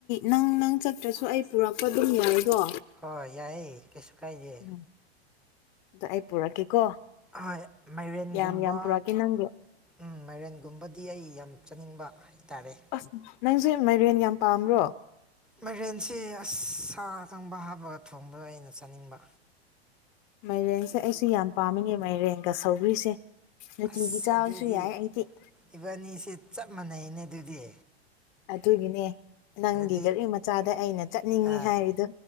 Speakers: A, on the left; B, in the centre.
A: ꯅꯪ-ꯅꯪ ꯆꯠꯇ꯭ꯔꯥꯁꯨ ꯑꯩ ꯄꯨꯔꯛꯄ ꯑꯗꯨꯝ ꯌꯥꯏꯗꯣ
B: ꯍꯣꯏ ꯌꯥꯏꯌꯦ ꯀꯩꯁꯨ ꯀꯥꯏꯗꯦ
A: ꯎꯝ ꯑꯗꯥ ꯑꯩ ꯄꯨꯔꯛꯀꯦꯀꯣ
B: ꯑꯥꯏ ꯃꯥꯏꯔꯦꯟꯒꯨꯝꯕ
A: ꯌꯥꯝ ꯌꯥꯝ ꯄꯨꯔꯛꯀꯦ ꯅꯪꯒꯤ
B: ꯎꯝ ꯃꯥꯏꯔꯦꯟꯒꯨꯝꯕꯗꯤ ꯑꯩ ꯌꯥꯝ ꯆꯥꯅꯤꯡꯕ ꯍꯥꯏꯇꯥꯔꯦ
A: ꯑꯁ ꯅꯪꯁꯨ ꯃꯥꯏꯔꯦꯟ ꯌꯥꯝ ꯄꯥꯝꯕ꯭ꯔꯣ
B: ꯃꯔꯦꯟꯁꯤ ꯑꯁ ꯁꯥ ꯑꯀꯪꯕ ꯍꯥꯞꯄꯒ ꯊꯣꯡꯕꯗꯣ ꯑꯩꯅ ꯆꯥꯅꯤꯡꯕ
A: ꯃꯥꯏꯔꯦꯟꯁꯦ ꯑꯩꯁꯨ ꯌꯥꯝ ꯄꯥꯝꯃꯤꯅꯦ ꯃꯥꯏꯔꯦꯟ ꯁꯧꯒ꯭ꯔꯤꯁꯦ ꯅꯨꯇꯤꯒꯤ
B: ꯑꯁ
A: ꯆꯥꯕꯁꯨ
B: ꯑꯗꯨꯗꯤ
A: ꯌꯥꯏ ꯑꯩꯗꯤ
B: ꯏꯕꯥꯅꯤꯁꯦ ꯆꯞ ꯃꯥꯟꯅꯩꯅꯦ ꯑꯗꯨꯗꯤ
A: ꯑꯗꯨꯒꯤꯅꯦ ꯅꯪꯒꯤ
B: ꯑꯗꯨꯗꯤ
A: ꯒꯥꯔꯤ ꯃꯆꯥꯗ ꯑꯩꯅ ꯆꯠꯅꯤꯡꯉꯤ
B: ꯑꯥ
A: ꯍꯥꯏꯔꯤꯗꯨ